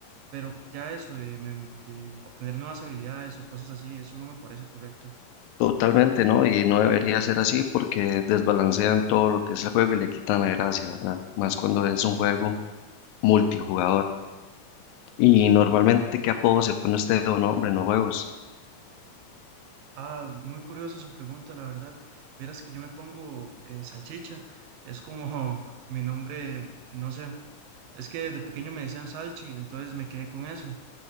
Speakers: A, on the right; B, on the left.
A: pero ya eso de, mem- de obtener nuevas habilidades o cosas así, eso no me parece correcto.
B: Totalmente, ¿no? Y no debería ser así porque desbalancean todo lo que es el juego y le quitan la gracia, ¿verdad? Más cuando es un juego multijugador. Y normalmente, ¿qué apodo se pone usted o nombre en los juegos?
A: Ah, muy curiosa su pregunta, la verdad. Verás que yo me pongo eh, salchicha, es como <laughs> mi nombre, no sé. Es que desde pequeño me decían Salchi, entonces me quedé con eso.